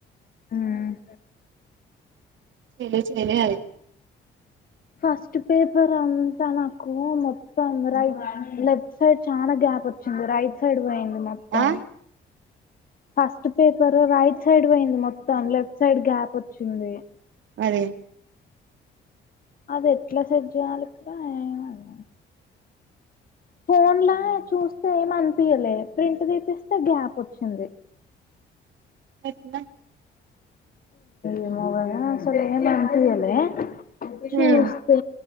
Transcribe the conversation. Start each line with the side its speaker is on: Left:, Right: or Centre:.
Left: ఉమ్
Right: లేదు చేయాలి
Left: ఫస్ట్ పేపర్ అంతా నాకు మొత్తం రైట్ లెఫ్ట్ సైడ్ చానా గ్యాప్ వచ్చి రైట్ సైడ్ పోయింది మొత్తం
Right: ఆ
Left: ఫస్ట్ పేపరు రైట్ సైడ్ పోయింది మొత్తం లెఫ్ట్ సైడ్ గ్యాప్ వచ్చింది
Right: అదే
Left: అది ఎట్లా సెట్ చేయాలి ఇప్పుడు ఏం అర్థంకాలే ఫోన్లా చూస్తే ఏమి అనిపియలే ప్రింట్ తీపిస్తే గ్యాప్ వచ్చింది
Right: ఎట్ల
Left: ఏమో గద అసలు ఏం అనిపియాలే
Right: హ్మ్
Left: చూస్తే